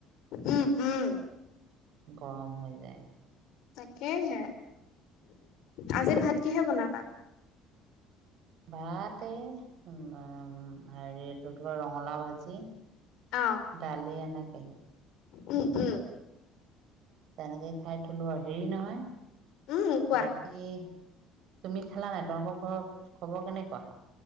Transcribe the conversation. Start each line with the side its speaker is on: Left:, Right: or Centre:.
Left: উম উম
Right: গৰম হৈ যায়।
Left: তাকেহে আজি ভাত কিহে বনালা?
Right: ভাত এ উ হেৰি এইটো কি কয় ৰঙালাও ভাজি
Left: অ',
Right: ডালি এনেকে
Left: উম উম
Right: তেনেকে খাইথলোঁ আৰু হেৰি নহয়।
Left: উম, কোৱা।
Right: বাকী তুমি খালা নাই তোমালোকৰ ঘৰৰ খবৰ কেনেকুৱা?